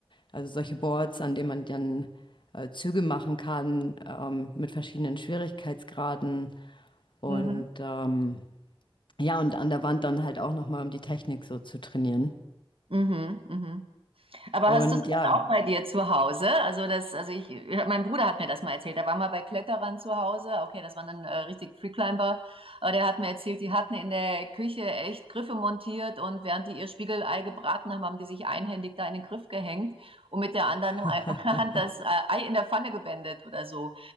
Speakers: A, on the left; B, on the right.
A: also solche Boards, an denen man dann äh, Züge machen kann, ähm, mit verschiedenen Schwierigkeitsgraden und
B: mhm,
A: ähm, ja, und an der Wand dann halt auch nochmal, um die Technik so zu trainieren.
B: mhm, mhm. Aber
A: Und
B: hast du sowas
A: ja.
B: auch bei dir zu Hause? Also das, also ich, mein Bruder hat mir das mal erzählt. Er war mal bei Kletterern zu Hause. Okay, das waren dann äh, richtig Freeclimber. Aber der hat mir erzählt, die hatten in der Küche echt Griffe montiert und während die ihr Spiegelei gebraten haben, haben die sich einhändig da in den Griff gehängt und mit der anderen
A: <laughs>
B: Ei- <laughs> Hand das äh, Ei in der Pfanne gewendet oder so.